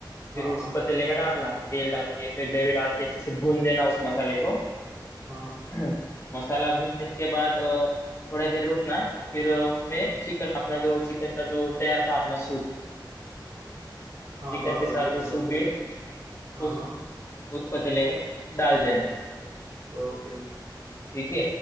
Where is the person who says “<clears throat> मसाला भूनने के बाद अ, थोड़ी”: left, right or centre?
Left